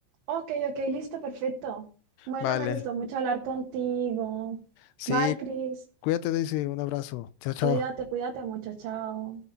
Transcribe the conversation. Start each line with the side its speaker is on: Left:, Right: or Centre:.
Right: Ok, ok, listo, perfecto. Bueno,
Left: Vale.
Right: me gustó mucho hablar contigo.
Left: Sí,
Right: Bye, Chris.
Left: cuídate, Daisy. Un abrazo. Chao, chao.
Right: Cuídate, cuídate mucho. Chao.